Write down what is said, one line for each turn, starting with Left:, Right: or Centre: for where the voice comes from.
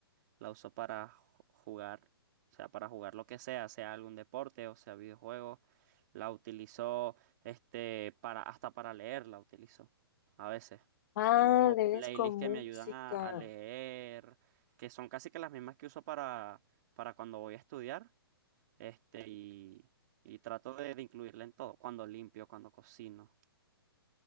Right: La uso para ju- jugar, o sea, para jugar lo que sea, sea algún deporte o sea videojuegos. La utilizo, este, para, hasta para leer la utilizo. A veces.
Left: Ah,
Right: Tengo como
Left: lees
Right: playlists
Left: con música.
Right: que me ayudan a, a leer, que son casi que las mismas que uso para, para cuando voy a estudiar. Este, y, y trato de, de incluirla en todo. Cuando limpio, cuando cocino.